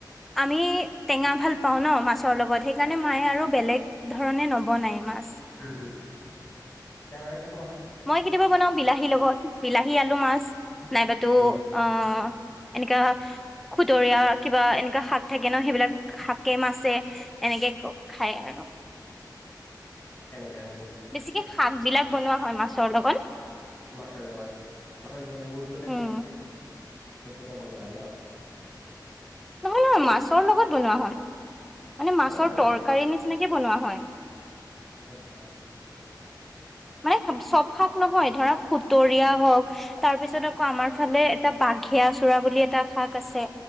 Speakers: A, in the centre; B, on the left.
A: আমি টেঙা ভাল পাওঁ ন মাছৰ লগত। সেইকাৰণে মায়ে আৰু বেলেগ ধৰণে নবনায় মাছ।
B: উম, উম। ত এনেকুৱা হয়।
A: মই কেতিয়াবা বনাও বিলাহীৰ লগত। বিলাহী, আলু, মাছ নাইবাতো
B: উম
A: অ এনেকা খুতৰীয়া কিবা এনেকা শাক থাকে ন? সেইবিলাক শাকে, মাছে এনেকে ক খায় আৰু।
B: <unintelligible>
A: বেছিকে শাক বিলাক বনোৱা হয় মাছৰ লগত।
B: মাছৰ লগত, মাছৰ যেতিয়া মূৰটো থাকে।
A: উম
B: সেইটোতে বনোৱা হয় ন?
A: নহয়, নহয়। মাছৰ লগত বনোৱা হয়। মানে মাছৰ
B: পৰা বনোৱা
A: তৰকাৰী নিচিনাকে বনোৱা হয়।
B: আচ্ছা আচ্ছা আচ্ছা। <inaudible>
A: মানে চব শাক নহয়। ধৰা খুতৰীয়া হওঁক তাৰ পিছত আকৌ আমাৰ ফালে এটা বাঘে চ ৰা বুলি এটা শাক আছে।